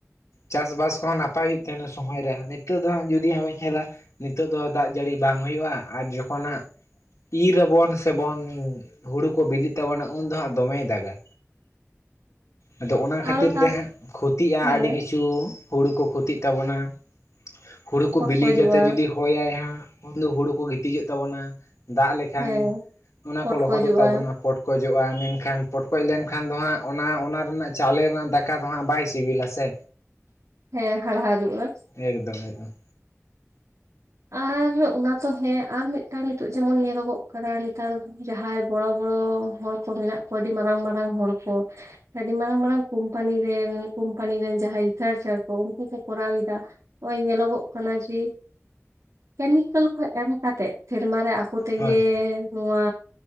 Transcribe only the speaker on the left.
ᱪᱟᱥᱵᱟᱥ ᱠᱚᱦᱚᱸ ᱱᱟᱯᱟᱭ ᱦᱩᱭᱩᱜ ᱛᱟᱦᱮᱱᱟ ᱥᱚᱢᱚᱭ ᱨᱮ ᱱᱤᱛᱚᱜ ᱫᱚ ᱦᱟᱸᱜ ᱡᱩᱫᱤ ᱦᱟᱸᱜ ᱵᱚᱱᱧ ᱮᱞᱟ ᱱᱤᱛᱚᱜ ᱫᱚ ᱫᱟᱜ ᱡᱟᱹᱲᱤ ᱵᱟᱝ ᱦᱩᱭᱩᱜᱼᱟ ᱟᱨ ᱡᱚᱠᱷᱚᱱ ᱦᱟᱜ ᱤᱨ ᱟᱵᱚᱱ ᱥᱮᱵᱚᱱ ᱦᱩᱲᱩ ᱠᱚ ᱵᱤᱞᱤᱜ ᱛᱟᱵᱚᱱᱟ ᱩᱱ ᱫᱚ ᱦᱟᱸᱜ ᱫᱚᱢᱮᱭ ᱫᱟᱜᱟ
ᱟᱫᱚ ᱚᱱᱟ ᱠᱷᱟᱹᱛᱤᱨ
ᱛᱮ ᱦᱟᱸᱜ ᱠᱷᱚᱛᱤᱜᱼᱟ
ᱟᱹᱰᱤ ᱠᱤᱪᱷᱩ ᱛᱚ ᱦᱩᱲᱳ ᱠᱚ ᱠᱷᱚᱛᱤᱜ ᱛᱟᱵᱚᱱᱟ ᱦᱩᱲᱳ ᱠᱚ
ᱵᱤᱞᱤ ᱠᱟᱛᱮ ᱡᱩᱫᱤ ᱦᱚᱭ ᱟᱭ ᱦᱟᱸᱜ ᱩᱱ ᱫᱚ ᱦᱩᱲᱩ ᱠᱚ ᱜᱤᱛᱤᱡᱚᱜ ᱛᱟᱵᱚᱱᱟ ᱫᱟᱜ ᱞᱮᱠᱷᱟᱱ
ᱚᱱᱟ
ᱠᱚ ᱞᱚᱦᱚᱫᱚᱜ ᱛᱟᱵᱚᱱᱟ ᱯᱚᱴᱠᱚᱡ ᱯᱚᱴᱠᱚᱡᱚᱜᱼᱟ ᱢᱮᱱᱠᱷᱟᱱ ᱯᱚᱴᱠᱚᱡ ᱞᱮᱱᱠᱷᱟᱱ ᱫᱚ ᱦᱟᱸᱜ ᱚᱱᱟ ᱚᱱᱟ ᱨᱮᱱᱟᱜ ᱪᱟᱣᱞᱮ ᱨᱮᱱᱟᱜ ᱫᱟᱠᱟ ᱫᱚ ᱦᱟᱸᱜ ᱵᱟᱭ ᱥᱤᱵᱤᱞᱟ ᱥᱮ
ᱮᱠᱫᱚᱢ ᱮᱠᱫᱚᱢ
ᱦᱳᱭ